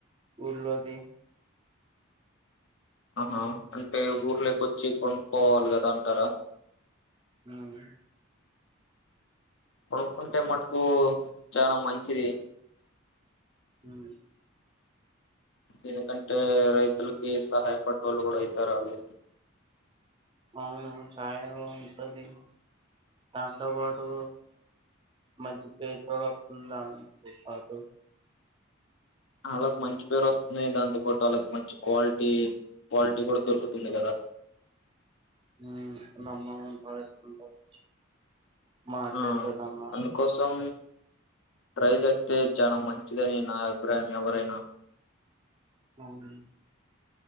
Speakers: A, on the right; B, on the left.
A: ఊర్లోది
B: ఆహా అంటే ఊర్లోకోచ్చి కొన్ పోవాలి కదా అంటార
A: హ్మ్
B: కొనుక్కుంటే మట్టుకు చానా మంచిది
A: మ్
B: ఎందుకంటే రైతులకి సహాయపడ్డోళ్ళు కూడా అయితారాళ్ళు
A: అవును చఛాయగా ఉంటది దాంతో పాటు మధ్య పేద వస్తుంది దా పాటు <unintelligible>
B: ఆళ్ళకి మంచి పేరు వస్తుంది దాంతో పాటు వాళ్ళకి మంచి క్వాలిటీ క్వాలిటీ కూడా దొరుకుతుంది కదా
A: అవును నంబర్ వన్ క్వాలిటీ ఉంటది మాట్లాడుతదమ్మా
B: ఆ అందుకోసం ట్రై చేస్తే చానా మంచిదని నా అభిప్రాయం ఎవరైనా
A: అవును